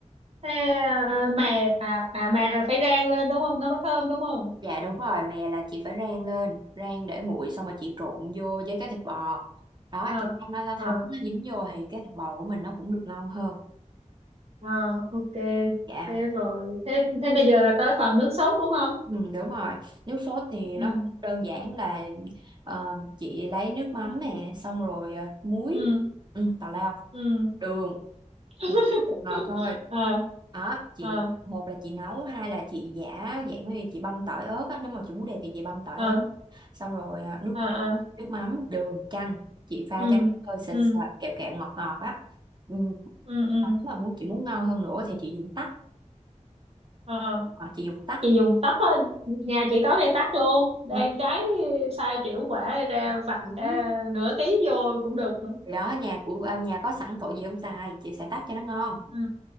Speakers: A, on the right; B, on the right.
A: thế ờ, mè à à mè là phải rang lên đúng không nó mới thơm đúng không
B: dạ đúng rồi mè là chị phải rang lên rang để nguội xong rồi chị trộn vô với cái thịt bò đó
A: ờ
B: cho nó nó
A: ờ
B: thấm nó dính vô thì cái thịt bò của mình nó cũng được ngon hơn
A: ờ ok
B: dạ
A: thế rồi thế thế bây giờ là tới phần nước sốt đúng không
B: ừ, đúng rồi nước sốt thì
A: ừ
B: nó cũng đơn giản là ờ, chị lấy nước mắm nè xong rồi ờ, muối
A: ừ
B: ừ, tào lao
A: ừ
B: đường
A: <laughs>
B: một một ngọt thôi
A: ờ
B: đó chị
A: ờ
B: một là chị nấu hai là chị giả dạng như chị băm tỏi ớt á nếu mà chị muốn đẹp thì chị băm tỏi
A: ờ
B: ớt xong rồi à, nước
A: ờ ờ
B: nước mắm đường chanh chị pha
A: ừ
B: cho nó hơi sệt
A: ừ
B: sệt kẹo kẹo ngọt ngọt á ừ.
A: ừ ừ
B: Còn nếu mà muốn chị muốn ngon hơn nữa thì chị dùng tắc
A: ờ
B: hoặc chị dùng tắc
A: chị dùng tắt thôi nhà chị có cây tắt luôn đây
B: ừ.
A: trái sai triệu quả ra vặt
B: ngon
A: ra
B: á.
A: nửa ký vô cũng được nữa
B: Thì đó nhà của à, nhà có sẵn tội gì không xài chị sẽ tắc cho nó ngon
A: ừ